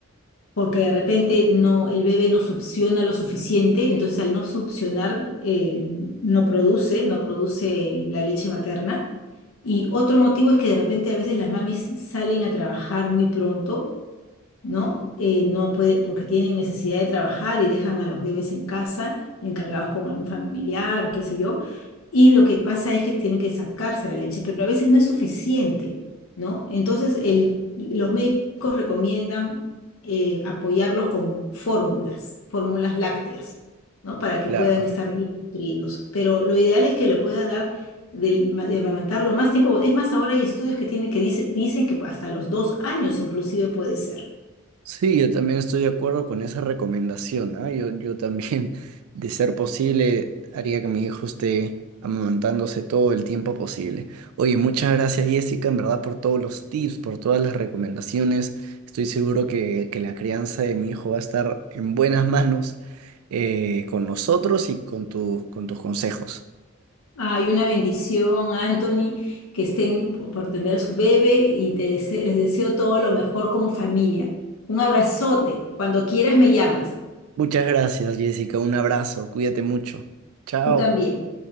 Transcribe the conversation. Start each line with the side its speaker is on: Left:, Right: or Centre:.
Left: porque de repente no, el bebé no succiona lo suficiente, entonces al no succionar eh, no produce, no produce la leche materna. Y otro motivo es que de repente a veces las mamis salen a trabajar muy pronto ¿no? Eh, no puede, porque tienen necesidad de trabajar y dejan a los bebés en casa, encargados con algún familiar, qué sé yo, y lo que pasa es que tienen que sacarse la leche, pero a veces no es suficiente, ¿no? Entonces, el, los médicos recomiendan eh, apoyarlos con fórmulas, fórmulas lácteas, ¿no? Para que
Right: Claro.
Left: puedan estar bien nutridos, pero lo ideal es que le pueda dar... del ma- De, amamantarlo más tiempo. Es más, ahora hay estudios que, tiene, que dice- dicen que hasta los dos años inclusive puede ser.
Right: Sí, yo también estoy de acuerdo con esa recomendación, ¿ah? Yo, yo también, <laughs> de ser posible, haría que mi hijo esté amamantándose todo el tiempo posible. Oye, muchas gracias, Jessica, en verdad, por todos los tips, por todas las recomendaciones. Estoy seguro que, que la crianza de mi hijo va a estar en buenas manos eh, con nosotros y con tus con tus consejos.
Left: Hay una bendición, Anthony, que estén por tener su bebé y te dese- les deseo todo lo mejor como familia. Un abrazote. Cuando quieras me llamas.
Right: Muchas gracias, Jessica. Un abrazo. Cuídate mucho. Chao.
Left: Tú también.